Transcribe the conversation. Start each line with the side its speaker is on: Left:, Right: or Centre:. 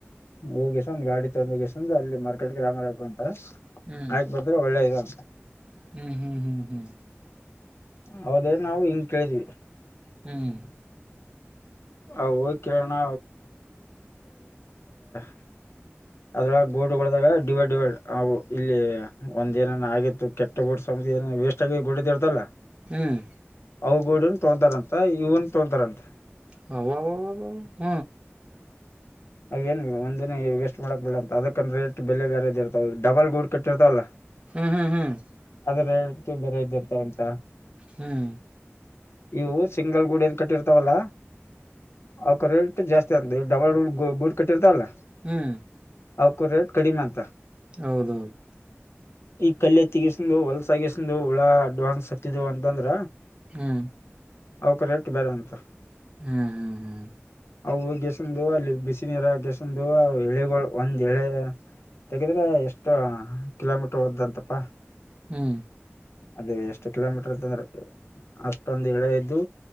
Left: ಹೋಗಿಸ ಒಂದ್ ಗಾಡಿ ತೊಂದಗೆಸಂದ ಅಲ್ಲಿ ಮಾರ್ಕೆಟ್ ಗ್ರಾಮರ್ಕು ಅಂತ!
Right: ಹ್ಮ್
Left: ಆಯ್ತು ಬದ್ರೆ ಒಳ್ಳೇದದು.
Right: ಹ್ಮ್ ಹ್ಮ್ ಹ್ಮ್ ಹ್ಮ್
Left: ಹೌದೇ ನಾವು ಹಿಂಗ ಕೇಳಿದೀವಿ.
Right: ಹ್ಮ್
Left: ಅವ ಹೋಗಿ ಕೇಳನ್ <unintelligible> ಅದ್ರಳ ಗೋಡ್ಗಳದಾಗ ಡಿವೈಡ್ ಡಿವೈಡ್ ಅವು ಇಲ್ಲಿ ಒಂದ ಏನರ್ ಆಗಿತ್ತು ಕೆಟ್ಟ ಗೋಡ್ ಏ ವೇಸ್ಟ್ ಆಗ ಗುಡ್ದ ಇರ್ತವಲ್ಲ
Right: ಹ್ಮ್
Left: ಅವುಗೂಡನ್ ತೊಂತಾರಂತ ಇವನ್ ತೊಂತಾರಂತ
Right: ಹ ವ ವ ವ ಹ್ಮ
Left: ಅವೇನ್ ಒಂದ ದಿನ ವೇಸ್ಟ್ ಮಾಡಕ್ ಬಿಿಲ್ಲ ಅಂತ ಅದಕ್ಕ ರೇಟ್ ಬೆಲೆ ಬೇರೆದ ಇರ್ತಾವ ಡಬಲ್ ಗೂಡ್ ಕಟ್ಟಿರ್ತಾವಲ್ಲ
Right: ಹ್ಮ್ ಹ್ಮ್ ಹ್ಮ್
Left: ಅದ್ರಳ್ತು ಬೇರೆ ಇದ್ದಿರ್ತ ಅಂತ
Right: ಹ್ಮ್
Left: ಇವು ಸಿಂಗಲ್ ಗೂಡ ಏನ್ ಕಟ್ಟಿರ್ತಾವಲ್ಲ ಅವಕ ರೇಟ್ ಜಾಸ್ತಿ ಅಂತ ಡಬಲ್ ಗೂಡ್ ಗ ಗುಡ ಕಟ್ಟಿರ್ತಾವಲ
Right: ಹ್ಮ್
Left: ಅವಕು ರೇಟ್ ಕಡಿಮಂತ.
Right: ಹೌದೌದು
Left: ಈ ಕಲ್ಯತಿಗ. ಹೊಲಸಾಗಸಿಂಧ್ ಹುಳ ಅಡ್ವಾನ್ಸ್ ಹತ್ತಿದವು ಅಂತಂದ್ರ.
Right: ಹ್ಮ್
Left: ಅವಕ ರೇಟ್ ಬ್ಯಾರೆ ಅಂತ.
Right: ಹ್ಮ್ ಹ್ಮ್
Left: ಅವು ಗೆಷ. <unintelligible> ಬಿಸಿನೀರ ಹಾಕೆಸಿಂದ ಎಳಿಗಳ ಒಂದ್ ಎಳೆ ತೆಗೆದ್ರೆ ಎಷ್ಟ ಕಿಲೋಮೀಟರ್ ಹೋದ್ದಂತಪ್ಪಾ.
Right: ಹ್ಮ್
Left: ಅದೇ ಎಷ್ಟ ಕಿಲೋಮೀಟ್ ತಂದ್ರ ಅಷ್ಟೊಂದ ಎಳೆ ಇದ್ದು.